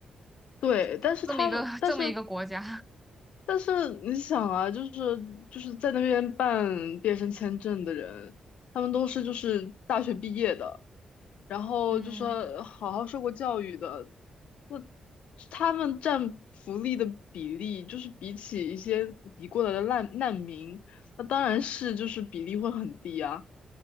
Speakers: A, on the left; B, in the centre.
A: 对，
B: 就是这么一个
A: 但是他们，
B: <laughs>
A: 但是
B: 这么一个国家。
A: 但是你想啊，就是就是在那边办毕业生签证的人，他们都是就是大学毕业的，然后就说好好受过教育的，
B: 嗯，
A: 那他们占福利的比例，就是比起一些移过来的难难民，那当然是就是比例会很低啊，